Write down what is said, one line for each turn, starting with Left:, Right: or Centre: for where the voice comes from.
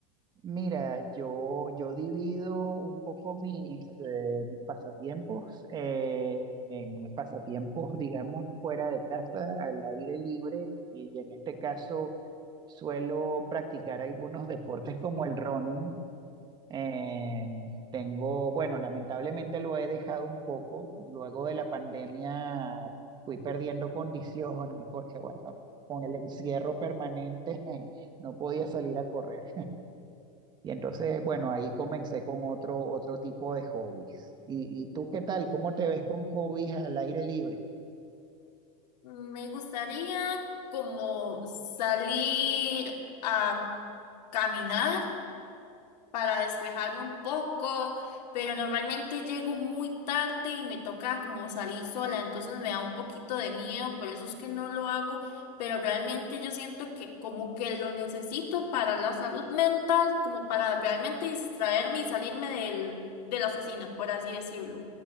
Right: Mira, yo, yo divido un poco mis, eh, mis pasatiempos eh, en pasatiempos, digamos, fuera de casa, al aire libre, y en este caso suelo practicar algunos deportes como el running. Eh, tengo, bueno, lamentablemente lo he dejado un poco. Luego de la pandemia fui perdiendo condiciones porque, bueno, con el encierro permanente <laughs> no podía salir a correr. Y entonces, bueno, ahí comencé con otro, otro tipo de hobbies. ¿Y, y tú qué tal? ¿Cómo te ves con hobbies al aire libre?
Left: Me gustaría como salir a caminar para despejarme un poco, pero normalmente llego muy tarde y me toca como salir sola, entonces me da un poquito de miedo, por eso es que no lo hago, pero realmente yo siento que como que lo necesito para la salud mental, como para realmente distraerme y salirme del, de la oficina, por así decirlo.